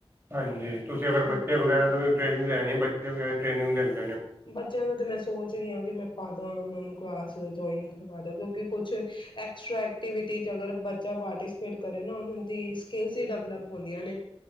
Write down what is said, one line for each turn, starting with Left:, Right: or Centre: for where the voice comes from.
Right: ਹਾਂਜੀ ਤੁਸੀਂ ਅਗਰ
Left: ਹਾਂ
Right: ਬੱਚੇ ਵਗੈਰਾ ਨੂੰ ਵੀ੍ ਟ੍ਰੇਨਿੰਗ ਲੈਣੀ ਬੱਚੇ ਵਗੈਰਾ। ਟ੍ਰੇਨਿੰਗੀ ਲੈਣੀ।
Left: ਬੱਚਿਆਂ ਨੂੰ। ਮੈਂ ਸੋਚ ਰਹੀ ਹਾਂ। ਕਿ ਮੈਂ ਪਾਦਾ ਉਹਨਾਂ ਨੂੰ ਕਲਾਸ ਜੁਆਇਨ ਕਰਵਾ ਦਾ ਕਿਉਂਕਿ ਕੁਛ ਐਕਸਟਰਾ ਐਕਟੀਵਿਟੀ 'ਚ ਅਗਰ। ਬੱਚਾ ਪਾਰਟੀਸਪੇਟ ਕਰੇ ਨਾ ਉਹਨਾਂ ਦੀ ਸਕਿੱਲਸ ਹੀ ਡਿਵਲਪ ਹੁੰਦੀਆਂ ਨੇ